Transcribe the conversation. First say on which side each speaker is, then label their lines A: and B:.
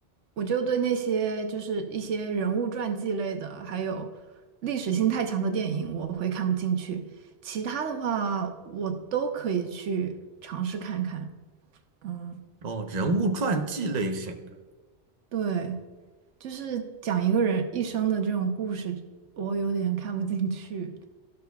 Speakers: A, on the right; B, on the right.
A: 我就对那些就是一些人物传记类的，还有历史性太强的电影，我会看不进去。其他的话，我都可以去尝试看看。嗯，
B: 哦，人物传记类型的，
A: 对，就是讲一个人一生的这种故事，我有点看不进去。